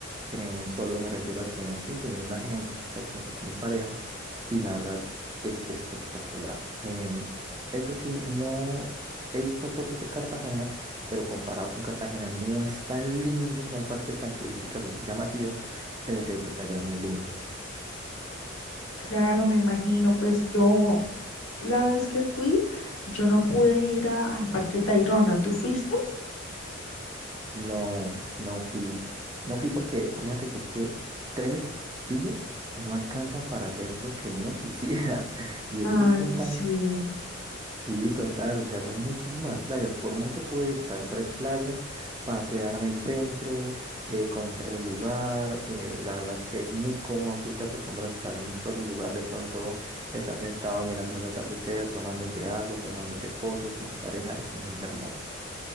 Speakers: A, on the right; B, on the left.
A: eh, solo me refiero a que sí, sin ninguna agencia, porque me fui con mi pareja y la verdad es espectacular. Em, eso sí, no he visto fotos de Cartagena, pero comparado con Cartagena no es tan lindo, no hay partes tan turísticas así llamativas, pero sí hay playas muy lindas.
B: Claro, me imagino, pues yo la vez que fui, yo no pude ir a- al Parque Tayrona. ¿Tú fuiste?
A: No, no fui, no fui porque fíjate que es que tres días no alcanzan para hacer lo que uno quisiera. <laughs> Y
B: Ay,
A: es que son tan
B: sí.
A: Sí, total, o sea, son muchísimas playas. Por mucho pude visitar tres playas, pasearme el centro, eh, conocer el lugar. eh, la verdad es que es muy cómodo, tú te acostumbras a estar en un solo lugar, de pronto estar sentado mirando el atardecer, tomándote algo, tomándote fotos con tu pareja, es muy hermoso.